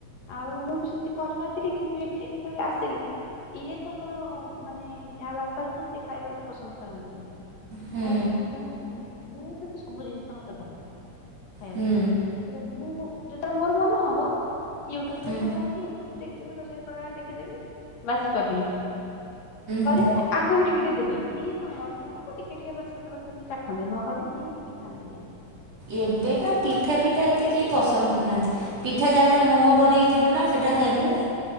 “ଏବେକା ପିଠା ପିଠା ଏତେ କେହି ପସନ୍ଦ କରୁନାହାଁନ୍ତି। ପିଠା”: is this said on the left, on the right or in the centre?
Right